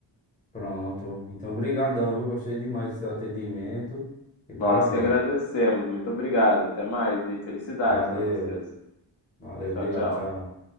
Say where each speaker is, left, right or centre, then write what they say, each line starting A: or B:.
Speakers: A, on the left (about 15°); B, on the left (about 80°).
A: Pronto, então, brigadão, viu? Gostei demais do seu atendimento e parabéns.
B: Nós que agradecemos. Muito obrigado. Até mais e felicidades
A: Valeu,
B: para vocês.
A: valeu,
B: Tchau,
A: obrigado,
B: tchau.
A: tchau.